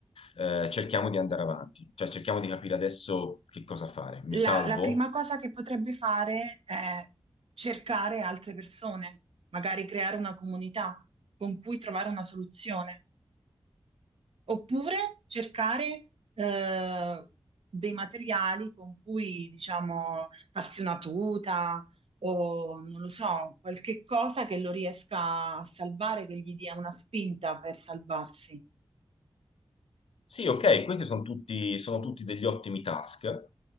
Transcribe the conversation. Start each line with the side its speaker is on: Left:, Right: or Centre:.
Left: Eh, cerchiamo di andare avanti, cioè cerchiamo di capire adesso che cosa fare. Mi
Right: la,
Left: salvo?
Right: la prima cosa che potrebbe fare è cercare altre persone, magari creare una comunità con cui trovare una soluzione, oppure cercare eh, dei materiali con cui, diciamo, farsi una tuta o non lo so, qualche cosa che lo riesca a salvare, che gli dia una spinta per salvarsi.
Left: Sì, ok, questi sono tutti, sono tutti degli ottimi task